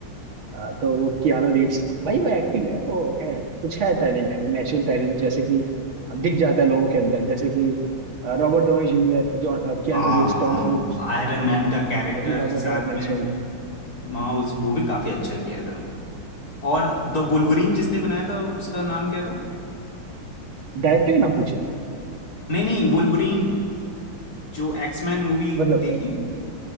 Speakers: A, on the right; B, on the left.
A: आ, तो वो कियानो रीव्स भाई वो एक्टिंग है वो है कुछ है टैलेंट है वो नेचुरल टैलेंट जैसे कि दिख जाता है लोगों के अंदर जैसे कि आ, Robert Downey Junior John आ, Keanu
B: हाँ
A: Reeves
B: हाँ
A: Tom Cruise
B: आयरन मैन का कैरेक्टर
A: ताकि हाँ
B: साथ
A: वो है नेचुरल
B: में माँ उस वो भी काफी अच्छा किया था और द वुल्वरीन
A: हाँ
B: जिसने बनाया था उसका नाम क्या था
A: डायरेक्टर का नाम पूछा
B: नहीं नहीं वुल्वरीन जो एक्समैन मूवी
A: मतलब
B: देखी